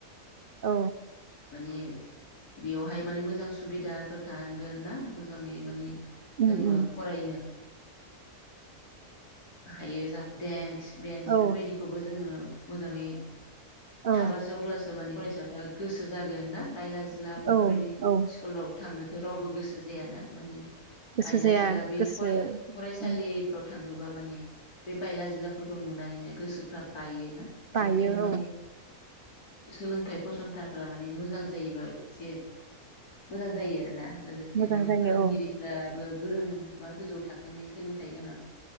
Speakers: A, on the right; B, on the left.
A: औ।
B: माने बेयावहाय माने मोजां सुबिदाफोर थानांगोन ना मोजाङै माने
A: उम
B: जोङो
A: उम
B: फरायनो हायो जा <unintelligible> बेन्स बेफोरबायदिखौबो
A: औ
B: जोङो मोजाङै
A: औ
B: थाबासो अब्लासो मानि फरायसाफ्रा गोसो जागोन ना? बायला जिला बेफोरबायदि
A: औ औ
B: स्कुलाव थांनोथ' रावबो गोसो जायाना माने
A: गोसो
B: बायला
A: जाया
B: जिला बे
A: गोसो
B: फराय फरायसालिफ्रावथ
A: उम
B: थाङोबा माने बे बायला जिलाफोरखौ नुनानैनो गोसोफ्रा बायो। ना
A: बायो
B: बेखायनो माने
A: औ
B: सोलोंथाइ फसंथानफोरा माने मोजां जायोबा एसे मोजां जायो आरोना लोगोसे
A: मोजां
B: माने
A: जायो
B: फोरोंगिरिफ्रा
A: औ
B: गोरों बा गोजौ थाखोनि सोलोंथाइ गोनां।